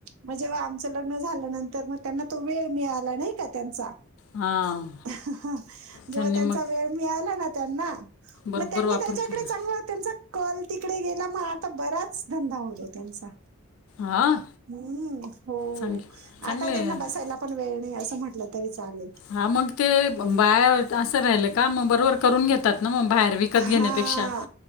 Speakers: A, on the right; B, on the left.
A: म जेव्हा आमचं लग्न झाल्या नंतर मग त्यांना तो वेळ मिळाला नाही का त्यांचा
B: हां
A: जेव्हा
B: त्यांनी
A: त्यांचा
B: मग
A: वेळ मिळाला ना त्यांना
B: बरोबर
A: मग त्यांनी
B: वापर
A: त्याच्याकडे
B: केला.
A: चांगला त्यांचा कल तिकडे गेला म आता बराच धंदा होतो त्यांचा.
B: हां
A: हम्म हो
B: चांगलं
A: हो
B: चांगलं
A: आता
B: आहे
A: त्यांना बसायला पण वेळ नाही असं म्हटलं तरी चालेल.
B: हां मग ते बाया असं राहिलं का मग बरोबर करून घेतात ना म बाहेर विकत
A: हा
B: घेण्यापेक्षा